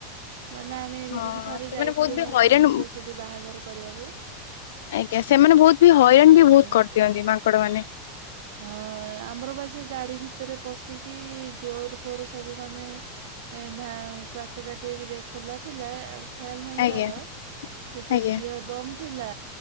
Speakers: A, on the right; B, on the left.
A: ମାନେ ଆମେ ଏମିତିକି
B: ହଁ
A: ଥରେ
B: ସେମାନେ
A: ଯାଇଥିଲୁ
B: ବହୁତ ବି
A: ମୋ
B: ହଇରାଣ
A: ଭଉଣୀର ସେଠି ବାହାଘର କରିବା ପାଇଁ।
B: ଆଜ୍ଞା ସେମାନେ ବହୁତ୍ ବି ହଇରାଣ
A: ଆଉ
B: ବି ବହୁତ୍ କରିଦିଅନ୍ତି ମାଙ୍କଡ ମାନେ।
A: ହଁ ଆମର ବା ସେଇ ଗାଡି ଭିତରେ ପଶିକି ଜୋର ଫୋର ସବୁ ମାନେ ଏ ଭା କାଚ ଟା ଠିକ୍ ରେ ଖୋଲା ଥିଲା ଆଉ ଖିଆଲ ନାହିଁ
B: ଆଜ୍ଞା
A: କାହାର ସେ ଯୋଉ
B: ଆଜ୍ଞା
A: ଘିଅ ବମ୍ ଥିଲା